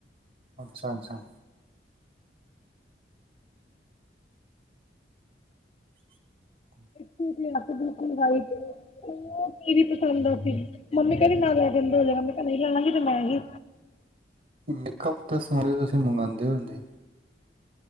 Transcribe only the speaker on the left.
ਕੀਤੀ ਇਸ ਬਿਲਕੁਲ ਵ੍ਹਾਈਟ ਤੇ। ਉਹ ਕੀਦੀ ਪਸੰਦ ਦਾ ਸੀ। ਮੰਮੀ ਕਹਿੰਦੀ ਨਾ ਲੈ ਫਿਰ, ਦੋ ਜਗ੍ਹਾ ਤੋਂ, ਮੈਂ, ਕਿਹਾ ਨਹੀਂ ਲਿਆਵਾਂਗੀ ਤੇ ''ਮੈਂ ਹੀ।